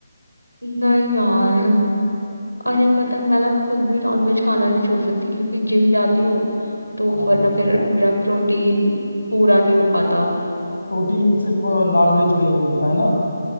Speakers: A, on the right; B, on the left.
A: नहीं यार अरे पता है, मैं ना खुद भी नॉनवेज खाना नहीं छोड़ सकती क्योंकि जिम जाती हूँ तो
B: अरे
A: वरना फिर
B: वाह
A: मेरा प्रोटीन पूरा नहीं हो पाता
B: प्रोटीन सिर्फ नॉनवेज में ही मिलता है ना